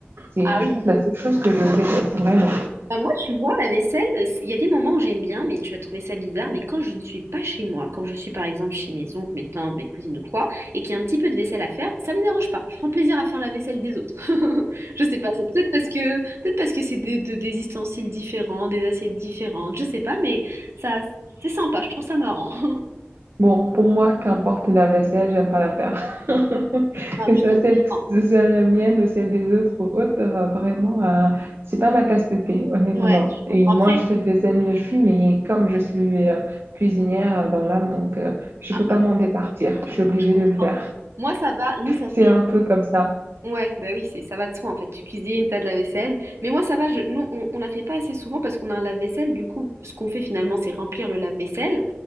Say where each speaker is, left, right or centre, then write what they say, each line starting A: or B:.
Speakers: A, on the right; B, on the right.
A: C'est,
B: Ah oui.
A: je pense, la seule chose que je déteste vraiment.
B: Bah, moi, tu vois, la vaisselle, euh, c'est- il y a des moments où j'aime bien, mais tu vas trouver ça bizarre. Mais quand je ne suis pas chez moi, quand je suis par exemple chez mes oncles, mes tantes, mes cousines ou quoi, et qu'il y a un petit peu de vaisselle à faire, ça me dérange pas. Je prends plaisir à faire la vaisselle des autres. <laughs> Je sais pas, c'est peut-être parce que peut-être parce que c'est des, de- des ustensiles différents, des assiettes différentes, je sais pas, mais ça, c'est sympa, je trouve ça marrant. <laughs>
A: Bon, pour moi, qu'importe la vaisselle, j'aime pas la faire. <laughs>
B: Non,
A: Que
B: mais je
A: ça,
B: te
A: celle,
B: comprends.
A: que ce soit la mienne ou celle des autres ou autres, euh, vraiment, euh, c'est pas ma tasse de thé, honnêtement.
B: Ouais, je
A: Et
B: comprends
A: moi,
B: après.
A: je fais de vaisselle mieux je suis, mais comme je suis euh, cuisinière euh, dans l'âme, donc euh, je
B: Ah
A: peux
B: bah
A: pas m'en
B: oui,
A: départir. Je suis obligée
B: je comprends.
A: de le faire.
B: Moi, ça va. Nous, ça
A: C'est
B: fait
A: un peu comme ça.
B: Ouais, bah oui, c'est ça va de soi en fait. Tu cuisines, t'as de la vaisselle. Mais moi ça va, je... nous on, on la fait pas assez souvent parce qu'on a un lave-vaisselle. Du coup, ce qu'on fait finalement, c'est remplir le lave-vaisselle.